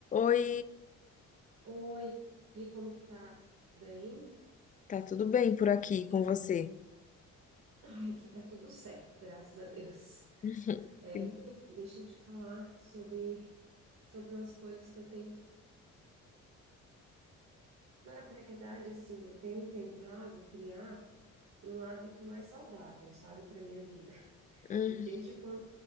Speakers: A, on the left; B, on the right.
A: Oi,
B: Oi, e como que tá? Tudo Bem?
A: tá tudo bem por aqui com você?
B: Ai, aqui tá tudo certo, graças a Deus.
A: <laughs>
B: É, menina, deixa eu te falar sobre, sobre umas coisas que eu tenho. Na verdade, assim, eu tenho tentado criar um hábito mais saudável, sabe, para minha vida.
A: Hum,
B: E desde quando,